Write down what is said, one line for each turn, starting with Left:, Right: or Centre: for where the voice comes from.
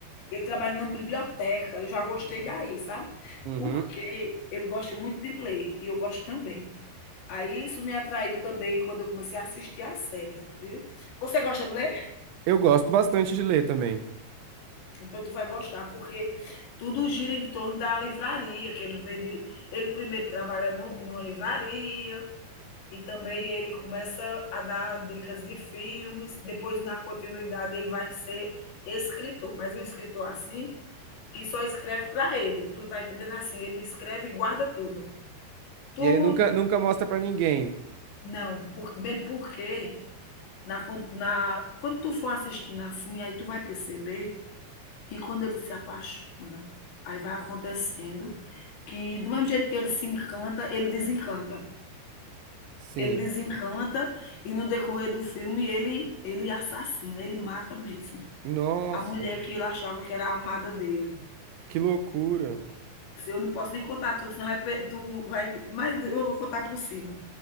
Left: Ele trabalha numa biblioteca. Eu já gostei daí, sabe?
Right: Uhum.
Left: Porque ele gosta muito de ler e eu gosto também. Aí isso me atraiu também quando eu comecei a assistir as séries, viu? Você gosta de ler?
Right: Eu gosto bastante de ler também.
Left: Então tu vai gostar, porque tudo gira em torno da livraria, que ele vende. Ele primeiro trabalha no numa livraria e também ele começa a dar dicas de filmes. Depois, na continuidade, ele vai ser escritor, mas um escritor assim que só escreve para ele. Tu tá entendendo assim? Ele escreve e guarda tudo. Tu
Right: E ele nunca, nunca mostra pra ninguém.
Left: não, por, mesmo porque na, na, quando tu for assistindo assim, aí tu vai perceber que quando ele se apaixona, aí vai acontecendo que, do mesmo jeito que ele se encanta, ele desencanta.
Right: Sim.
Left: Ele desencanta e no decorrer do filme ele ele assassina, ele mata mesmo.
Right: Nossa,
Left: A mulher que ele achava que era a amada dele.
Right: que loucura.
Left: Se Eu não posso nem contar tudo, senão vai, pe- tu vai, mas eu vou contar por cima.